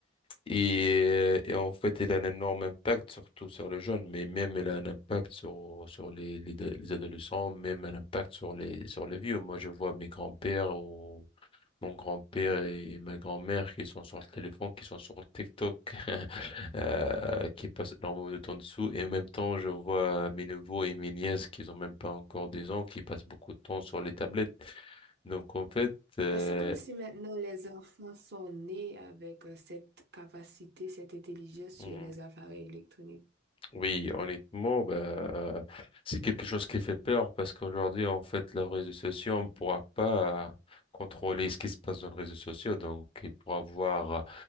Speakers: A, on the left; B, on the right.
A: et, euh, et en fait, il a un énorme impact surtout sur les jeunes, mais même il a un impact sur sur les les, les adolescents, même un impact sur les sur les vieux. Moi, je vois mes grands-pères ou mon grand-père et ma grand-mère qui sont sur le téléphone, qui sont sur TikTok, <laughs> euh, qui passent énormément de temps dessous. Et en même temps, je vois mes neveux et mes nièces qui ont même pas encore des ans, qui passent beaucoup de temps sur les tablettes. Donc, en fait, euh,
B: Mais C'est comme si maintenant les enfants sont nés avec euh, cette capacité, cette intelligence sur
A: hmm,
B: les appareils électroniques.
A: Oui, honnêtement, bah, c'est quelque chose qui fait peur parce qu'aujourd'hui, en fait, les réseaux sociaux, on ne pourra pas contrôler ce qui se passe dans les réseaux sociaux. Donc, il pourra avoir